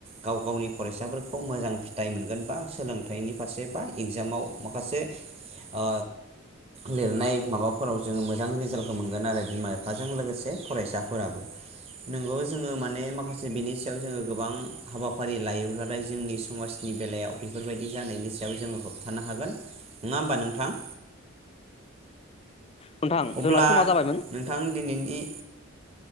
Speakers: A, on the right; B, on the left.
A: गाव गावनि। फरायसाफोरखौ मोजां थाय मोनगोन बा सोलोंथाइनि फारसे बा इगजामाव माखासे ओ लिरनाय माबाफोराव जों मोजां रिजाल्टखौ मोनगोन आरो बिमा बिफाजों लोगोसे फरायसाफोराबो नोंगौ। जोङो माने माखासे बेनि सायाव जोङो गोबां हाबाफारि लायोब्लाथाय जोंनि समाजनि बेलायाव बेफोर बायदि जानायनि सायाव जोङो होबथानो हागोन नङा होमबा नोंथां?
B: नोंथां
A: अब्ला
B: जोंना समा जाबायमोन
A: नोंथां दिनैनि